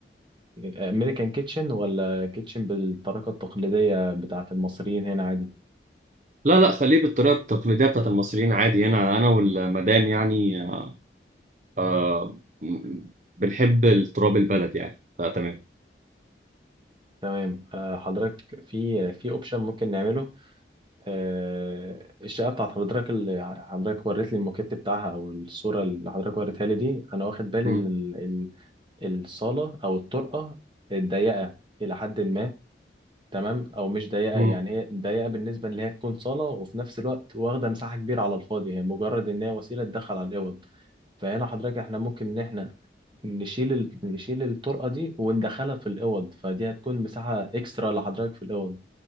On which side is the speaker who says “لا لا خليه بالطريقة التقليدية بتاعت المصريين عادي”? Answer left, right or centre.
Right